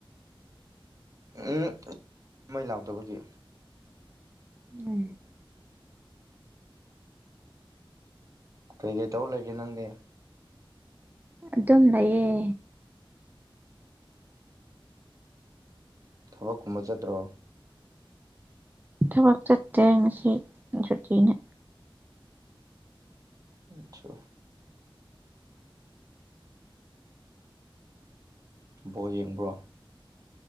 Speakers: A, on the right; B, on the right.
A: ꯎꯝ ꯃꯩ ꯂꯥꯛꯇꯕꯒꯤ꯫
B: ꯎꯝ
A: ꯀꯩꯀꯩ ꯇꯧ ꯂꯩꯒꯦ ꯅꯪꯗꯤ
B: ꯑꯗꯨꯝ ꯂꯩꯑꯌꯦ
A: ꯊꯕꯛꯀꯨꯝꯕ ꯆꯠꯇ꯭ꯔꯣ
B: ꯊꯕꯛ ꯆꯠꯇꯦ ꯉꯁꯤ ꯁꯨꯇꯤꯅ
A: ꯑꯁꯨ ꯕꯣꯜ ꯌꯦꯡꯕ꯭ꯔꯣ꯫